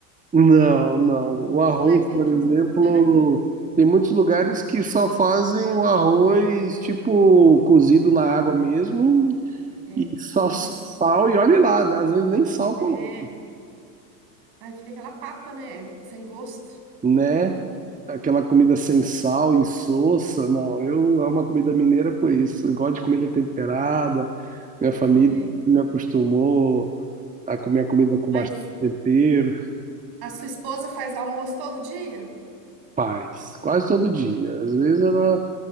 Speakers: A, on the right (about 15°); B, on the right (about 50°).
A: Não, não. O
B: Ado,
A: arroz,
B: né? Como
A: por
B: que
A: exemplo,
B: muda, né?
A: tem muitos lugares que só fazem o arroz tipo cozido na água mesmo
B: É,
A: e só sal
B: isso.
A: e olhe lá, né? Às vezes nem sal coloca,
B: É. Aí fica aquela papa, né? Sem gosto.
A: né? aquela comida sem sal, insossa, não. Eu amo a comida mineira por isso. Eu gosto de comida temperada. Minha família
B: É.
A: me acostumou a comer a comida com
B: Mas
A: bastante tempero.
B: a sua esposa faz almoço todo dia?
A: Faz, quase todo dia. Às vezes ela